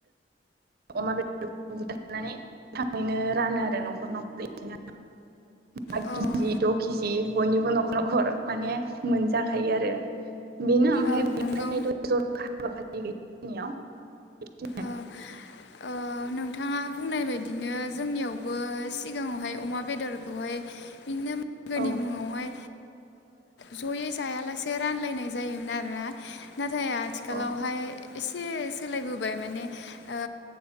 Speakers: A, on the right (about 60°); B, on the left (about 70°).
A: अमा बेदरखौ बुथारनानै थाङैनो रानो आरो न'खर न'खर बिदिनो ए
B: ओं
A: केजि द' केजि बयनिबो न'खर नखर माने मोनजाखायो आरो बेनो ओमफ्राय
B: ओं
A: बेनिफ्राय'
B: नंगौ
A: जर हाबाफ गनियाव
B: ओ ओ नोंथाङा बुंनाय बायदिनो जोंनियाव बो सिगाङावहाय अमा बेदरखौहाय बिदिनो मोगोनि
A: ओ
B: मुङावहाय जयै जायालासे एसे रानलायनाय जायोमोन आरोना नाथाय आथिखालावहाय
A: औ
B: एसे सोलायबोबाय माने ओ